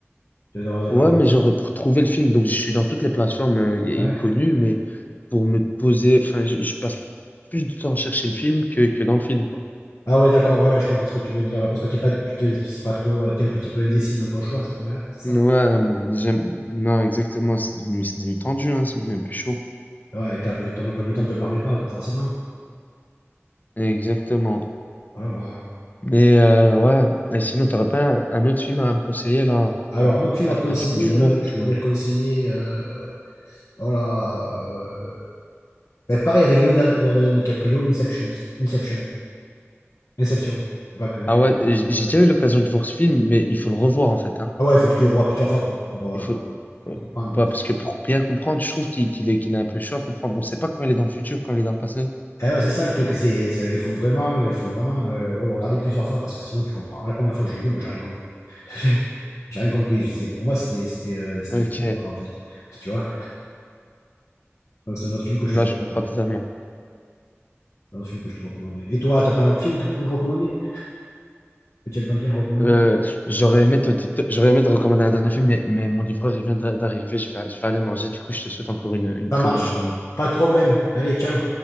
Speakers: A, on the left; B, on the left.
A: Tu dois avoir des plateformes-
B: Ouais, mais genre pour trouver le film, donc je suis dans toutes les plateformes euh, y-
A: ouais.
B: y connues, mais pour me poser, enfin, je je passe plus de temps à chercher le film que, que dans le film, quoi.
A: Ah ouais, d'accord, ouais, ouais, je comprends ce que tu veux dire. ouais, parce que t'es pas, tu te- tu sais pas trop, tu es un petit peu indécis dans ton choix, c'est pas vrai, c'est
B: Ouais,
A: ça.
B: moi, j'aime, non, exactement, c'est devenu, c'est devenu tendu, hein, c'est devenu un peu chaud.
A: Ouais, et, t'as- et ton emploi du temps ne te le permet pas, forcément.
B: Exactement.
A: Ouais, ouais.
B: Mais euh, ouais, et sinon, t'aurais pas un, un autre film à me conseiller, là,
A: Alors,
B: en-
A: un autre film
B: un,
A: à te conseiller,
B: un film d'humour
A: euh,
B: que...
A: je
B: tu
A: pourrais
B: veux.
A: te conseiller. euh, oh là, euh, Mais pareil avec Leonardo DiCaprio, Inception. Inception. Inception. C'est pas que-
B: Ah ouais, j- j'ai déjà eu l'occasion de voir ce film, mais il faut le revoir, en fait, hein.
A: Ah ouais, il faut que tu le revoies plusieurs fois pour, pour, euh,
B: Il faut,
A: pour
B: euh,
A: comprendre.
B: bah,
A: parce-
B: parce que pour bien comprendre, je trouve qu'il qu'il est, qu'il est un peu chaud à comprendre. On ne sait pas quand il est dans le futur, quand il est dans le passé.
A: Eh ouais, c'est ça le truc. C'est, c'est- il faut vraiment, il faut vraiment euh, le regarder plusieurs fois parce que sinon tu comprends. La première fois que je l'ai vu, moi, j'ai rien compris. <laughs> J'ai rien compris. Je sais- Pour moi, c'était, c'était, euh, c'était
B: Ok,
A: le coup de barre, en fait. Tu vois? Donc, c'est un autre film que je
B: non,
A: te recommanderais.
B: je comprends totalement.
A: C'est un autre film que je te recommanderais. Et toi, t'as pas un autre film que tu pourrais recommander? Que tu aimerais bien recommander?
B: Euh, j'aurais aimé te, te- te- j'aurais aimé te recommander un dernier film, mais, mais mon livreur, il vient d'a- d'arriver. Je vais, je vais aller manger. Du coup, je te souhaite encore une une
A: Ça
B: très
A: marche.
B: bonne journée.
A: Pas de problème. Allez, ciao.